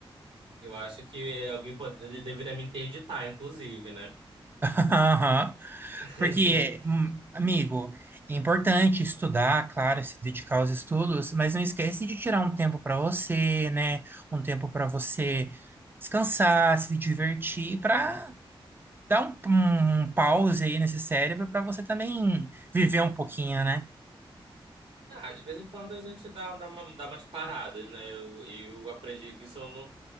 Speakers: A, on the right; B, on the right.
A: Eu acho que alguém pode, ele deveria me interditar, inclusive, né?
B: <laughs> Aham.
A: <laughs>
B: porque, hum, amigo, é importante estudar, claro, se dedicar aos estudos, mas não esquece de tirar um tempo para você, né? Um tempo para você descansar, se divertir, para dar um, um um pause aí nesse cérebro para você também viver um pouquinho, né?
A: Ah, de vez em quando a gente dá, dá, uma, dá umas paradas, né? Eu, eu aprendi que isso no,